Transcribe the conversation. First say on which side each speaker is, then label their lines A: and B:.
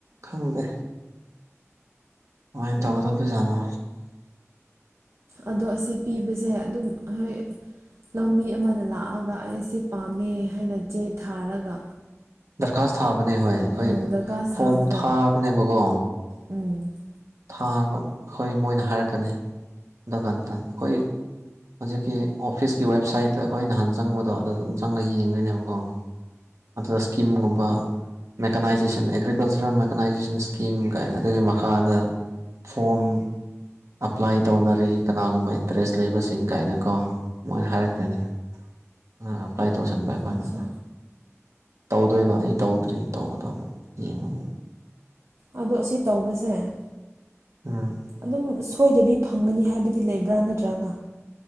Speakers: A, on the right; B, on the right.
A: ꯈꯪꯪꯗꯦ ꯀꯃꯥꯏꯅ ꯇꯧꯒꯗꯧꯕ ꯖꯥꯠꯅꯣ
B: ꯑꯗꯣ ꯑꯁꯤ ꯄꯤꯕꯖꯦ ꯑꯗꯨꯝ ꯍꯣꯏ ꯂꯧꯃꯤ ꯑꯃꯗ ꯂꯥꯛꯑꯒ ꯑꯩ ꯁꯤ ꯄꯥꯝꯃꯦ ꯍꯥꯏꯅ ꯆꯦ ꯊꯥꯔꯒ
A: ꯗꯔꯈꯥꯁ ꯊꯥꯕꯅꯦ ꯍꯣꯏ ꯑꯈꯣꯏ
B: ꯎꯝ ꯗꯔꯀꯥꯔ
A: ꯐꯣꯝ
B: ꯁꯥꯕꯗꯣ
A: ꯊꯥꯕꯅꯦꯕꯀꯣ
B: ꯎꯝ
A: ꯊꯥꯕ ꯍꯣꯏ ꯃꯣꯏꯅ ꯍꯥꯏꯔꯛꯀꯅꯤ ꯑꯗꯨ ꯀꯥꯟꯗ ꯈꯣꯏ ꯍꯧꯖꯤꯛꯀꯤ ꯑꯣꯐꯤꯁꯀꯤ ꯋꯦꯕꯁꯥꯏꯠꯇ ꯑꯩꯈꯣꯏ ꯅꯍꯥꯟ ꯆꯪꯕꯗꯣ ꯑꯗꯨ ꯑꯗꯨꯝ ꯆꯪꯉꯒ ꯌꯦꯡꯗꯣꯏꯅꯦꯕꯀꯣ ꯑꯗꯨꯗ ꯏꯁꯀꯤꯝꯒꯨꯝꯕ ꯃꯦꯀꯅꯥꯏꯖꯦꯁꯟ ꯑꯦꯒ꯭ꯔꯤꯀꯜꯆꯔꯦꯜ ꯃꯦꯀꯅꯥꯏꯖꯦꯁꯟ ꯁ꯭ꯀꯤꯝ ꯀꯥꯏꯅ ꯑꯗꯨꯒꯤ ꯃꯈꯥꯗ ꯐꯣꯝ ꯑꯄ꯭ꯂꯥꯏ ꯇꯧꯅꯔꯤ ꯀꯅꯥꯒꯨꯝꯕ ꯏꯟꯇꯔꯦꯁ ꯂꯩꯕꯁꯤ ꯁꯤꯡ ꯀꯥꯏꯅꯀꯣ ꯃꯣꯏ ꯍꯥꯏꯔꯛꯈ꯭ꯔꯤꯅꯤ ꯑꯥ ꯑꯦꯄ꯭ꯂꯥꯏ ꯇꯧꯕꯁꯟꯕ ꯑꯈꯣꯏꯅ
B: ꯑꯆꯥ
A: ꯇꯧꯗꯣꯏꯕ ꯑꯩ ꯇꯧꯗ꯭ꯔꯤ ꯇꯧꯒꯗꯕ ꯌꯦꯡꯉꯨꯕ
B: ꯑꯗꯣ ꯑꯁꯤ ꯇꯧꯕꯁꯓꯦ
A: ꯎꯝ
B: ꯑꯗꯨꯝ ꯁꯣꯏꯗꯕꯤ ꯐꯪꯒꯅꯤ ꯍꯥꯏꯕꯗꯤ ꯂꯩꯕ꯭ꯔꯥ ꯅꯠꯇ꯭ꯔꯥꯒ